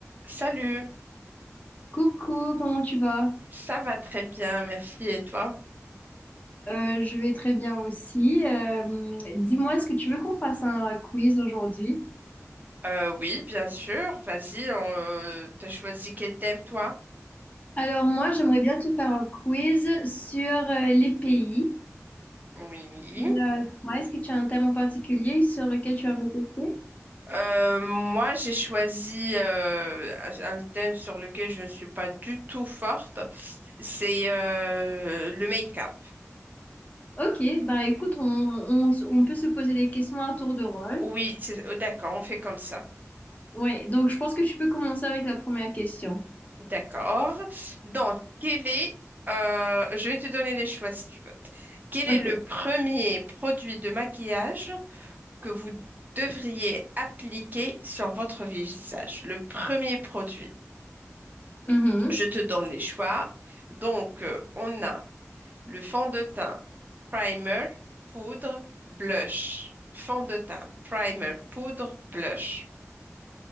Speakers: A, on the right; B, on the left.
A: Salut,
B: Coucou, comment tu vas?
A: ça va très bien, merci. Et toi?
B: Euh, je vais très bien aussi. Euh, dis-moi, est-ce que tu veux qu'on fasse un quiz aujourd'hui?
A: Euh, oui, bien sûr. Vas-y, on, euh, t'as choisi quel thème, toi?
B: Alors moi, j'aimerais bien te faire un quiz sur euh, les pays.
A: Oui.
B: Euh, toi, est-ce que tu as un thème en particulier sur lequel tu vas me tester?
A: Euh, moi, j'ai choisi euh, un un thème sur lequel je ne suis pas du tout forte. C'est euh, le make-up.
B: Ok, bah écoute, on, on- on peut se poser des questions à tour de rôle.
A: Oui, c'est- euh, d'accord, on fait comme ça.
B: Ouais, donc je pense que tu peux commencer avec la première question.
A: D'accord. Donc, quel est... euh, je vais te donner les choix si tu veux. Quel
B: Ok.
A: est le premier produit de maquillage? que vous devriez appliquer sur votre visage. Le premier produit,
B: Mhm.
A: je te donne les choix. Donc, euh, on a le fond de teint, primer, poudre, blush. Fond de teint, primer, poudre, blush.